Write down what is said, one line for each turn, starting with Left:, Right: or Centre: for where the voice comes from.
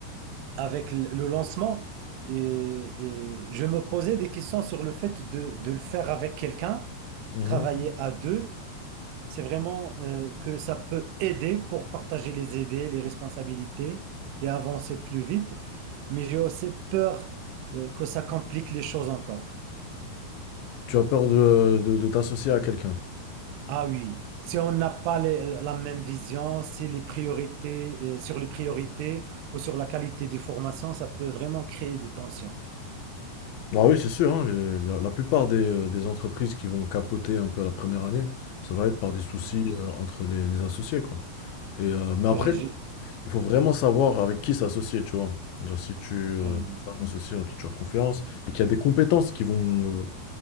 Right: avec le le lancement, et, et je me posais des questions sur le fait de, de le faire avec quelqu'un,
Left: Mhm.
Right: travailler à deux. C'est vraiment euh, que ça peut aider pour partager les idées, les responsabilités et avancer plus vite. Mais j'ai aussi peur euh, que ça complique les choses encore.
Left: Tu as peur de, de- de t'associer à quelqu'un.
Right: Ah oui, si on n'a pas les- la même vision, si les priorités, euh, sur les priorités ou sur la qualité des formations, ça peut vraiment créer des tensions.
Left: Ah oui, c'est sûr, hein, les- la, la plupart des, euh, des entreprises qui vont capoter un peu à la première année, ça va être par des soucis
Right: Ah oui,
Left: euh, entre les, les associés, quoi. Et, euh, mais
Right: c'est
Left: après,
Right: vrai, j'ai...
Left: il faut vraiment savoir avec qui s'associer, tu vois. Genre, si tu, euh,
Right: ah oui.
Left: tu as un associé en qui tu as confiance et qu'il y a des compétences qui vont, euh,